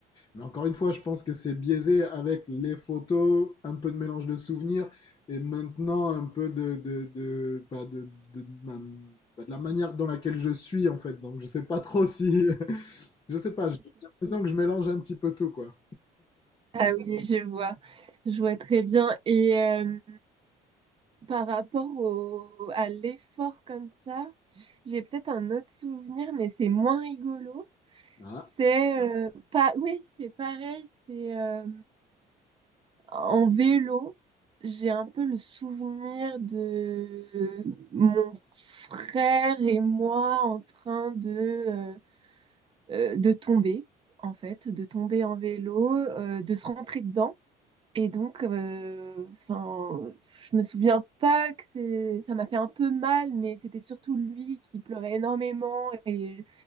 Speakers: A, on the left; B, on the right.
A: mais encore une fois, je pense que c'est biaisé avec les photos, un peu de mélange de souvenirs et maintenant un peu de, de, de, bah, de, de, de ma- bah, de la manière dans laquelle je suis, en fait. Donc, je sais pas trop si. <laughs> Je sais pas, j'ai l'impression que je mélange un petit peu tout, quoi.
B: Ah oui, je vois, je vois très bien. Et euh, par rapport au, à l'effort comme ça, j'ai peut-être un autre souvenir, mais c'est moins rigolo.
A: Ah.
B: C'est euh, pas, oui, c'est pareil, c'est euh, en vélo. J'ai un peu le souvenir de mon frère et moi en train de euh, euh, de tomber, en fait, de tomber en vélo, euh, de se rentrer dedans. Et donc, euh, enfin, je me souviens pas que c'est, ça m'a fait un peu mal, mais c'était surtout lui qui pleurait énormément. Et,